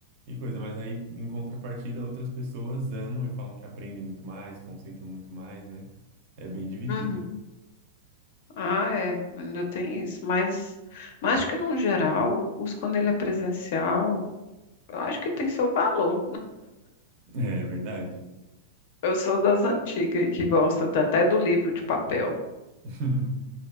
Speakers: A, on the right; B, on the left.
A: e coisa. Mas aí, em contrapartida, outras pessoas amam e falam que aprendem muito mais, concentram muito mais, né? É bem dividido.
B: Uhum. Ah, é, ainda tem isso. Mas, mas acho que, no geral, o curso, quando ele é presencial, eu acho que tem seu valor.
A: É verdade.
B: Eu sou das antigas que gosta da- até do livro de papel.
A: <laughs>